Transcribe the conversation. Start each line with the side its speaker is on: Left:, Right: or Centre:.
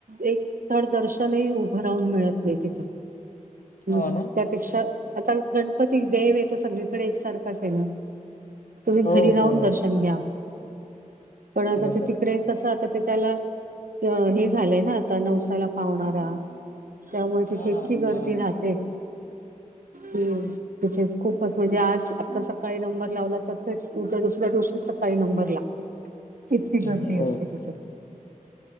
Right: एक धड दर्शनही उभं राहून मिळत नाही तिथं
Left: हो
Right: मग
Left: ना
Right: त्यात पेक्षा आता गणपती देव आहे तो सगळीकडे एकसारखाच आहे ना, तुम्ही
Left: हो
Right: घरी राहून
Left: हो
Right: दर्शन घ्या. पण आता
Left: बरोबर
Right: ते तिकडे कसं आता ते त्याला हे झालंय ना आता नवस नवसाला पावणारा त्यामुळे
Left: हा
Right: तिथे इतकी गर्दी
Left: हा
Right: राहते. हम्म, तिथे खूपच म्हणजे आज आता सकाळी नंबर लावला तर तेच तुमचा दुसऱ्या दिवशी सकाळी नंबर लागतो.
Left: <inaudible>
Right: इतकी गर्दी
Left: हो
Right: असते तिथे.